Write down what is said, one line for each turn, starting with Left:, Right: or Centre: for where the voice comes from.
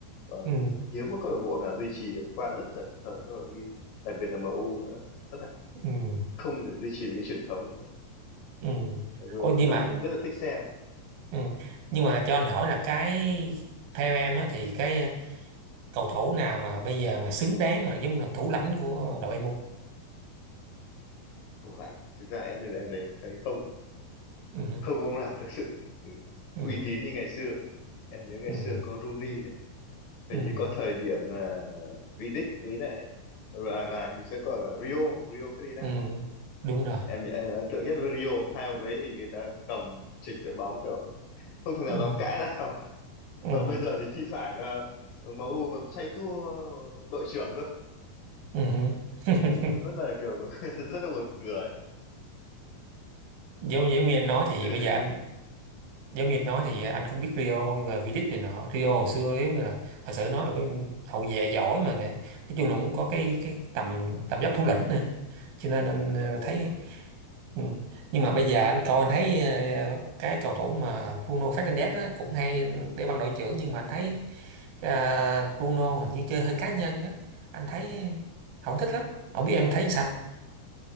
Left: còn
Right: ừ.
Left: hiếm có câu lạc bộ nào duy trì được qua rất là thời các huấn luyện viên đặc biệt là MU nữa rất là
Right: ừ.
Left: không thể duy trì được cái truyền thống nữa
Right: ừ.
Left: Mặc dù
Right: Ôi, nhưng
Left: mình rất,
Right: mà
Left: mình rất là thích xem
Right: ừ. nhưng mà cho anh hỏi là cái theo em á thì cái ờ, cầu thủ nào mà bây giờ mà xứng đáng mà giống là thủ lãnh của đội em không?
Left: thủ lãnh thực ra em bây giờ em đấy thấy không
Right: Ừ.
Left: không ông nào thực sự ừ,
Right: Ừ.
Left: uy tín như ngày xưa em nhớ ngày
Right: Ừ.
Left: xưa có Rooney này
Right: Ừ.
Left: hình như có thời điểm là Vidic với lại Ừ, à này thì sẽ có cả Rio Rio Ferdinand
Right: Ừ.
Left: đấy
Right: Đúng rồi.
Left: em em ấn tượng nhất với Rio hai ông đấy thì người ta cầm trịch đội bóng kiểu không thằng nào
Right: Ừ.
Left: dám cãi nào <laughs>
Right: Ừ.
Left: còn bây giờ thì thi thoảng ờ, MU còn xoay tua đội trưởng cơ
Right: Ừ. <laughs>
Left: nghe rất là kiểu <laughs> rất là buồn cười
Right: Giống giống như em nói
Left: ngày
Right: thì
Left: xưa
Right: bây
Left: thì
Right: giờ anh giống như em nói thì à, anh cũng biết Rio và V-League này nọ Rio hồi xưa nếu như là thật sự nói là cái hậu vệ giỏi mà à, nói chung là cũng có cái cái tầm tầm dốc thủ lĩnh nữa cho nên anh
Left: vâng
Right: ờ,
Left: đúng
Right: thấy
Left: rồi cũng,
Right: ừ. nhưng mà bây giờ anh coi anh thấy ờ, cái cầu thủ mà Bruno Fernandes á, cũng hay đeo băng đội trưởng nhưng mà anh thấy à, Bruno hình như chơi hơi cá nhân á anh thấy không thích lắm không biết em thấy sao